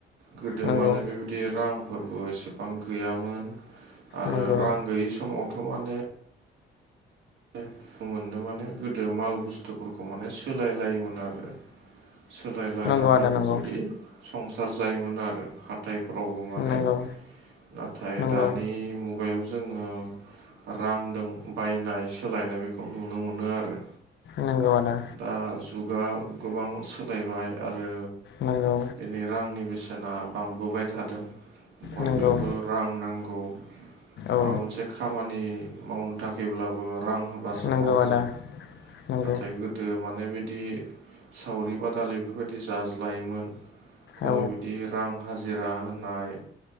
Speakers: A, on the right (about 80°); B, on the left (about 65°).
A: गोदो
B: नंगौ
A: माने बेबायदि बिदि रांफोरबो एसेबां गैयामोन आरो
B: नंगौ
A: रां गैयि समावथ' माने दुखु मोननो माने गोदो माल बुस्थुफोरखौ माने सोलायलायोमोन आरो सोलायलायनानै
B: नंगौ आदा
A: बेबायदि
B: नंगौ
A: संसार जायोमोन आरो। हाथायफोरावबो माने
B: नंगौ
A: नाथाय
B: नंगौ
A: दानि मुगायाव जोङो रांदों बायनाय सोलायनाय बेखौ नुनो मोनो आरो।
B: नंगौ आदा।
A: दा जुगा गोबां सोलायबाय आरो
B: नंगौ
A: दिनै रांनि बेसेना बांबोबाय थादों बयनोबो
B: नंगौ
A: रां नांगौ।
B: औ
A: माबा मोनसे खामानि मावनो थाखायब्लाबो रां होबासो
B: नंगौ
A: मावो
B: आदा नंगौ
A: नाथाय गोदो गोदो माने बिदि सावरि बादालि बेफोरबायदि जाज्लायोमोन खुनु
B: औ
A: ब्दि रां हाजिरा होनाय